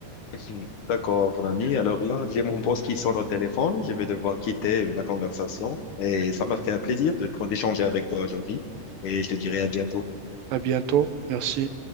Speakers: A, on the left (about 60°); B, on the right (about 70°).
A: <laughs> D'accord, mon ami. Alors là, j'ai mon boss qui sonne au téléphone. Je vais devoir quitter la conversation et ça m'a fait un plaisir de d'échanger avec toi aujourd'hui et je te dirai à bientôt.
B: À bientôt. Merci.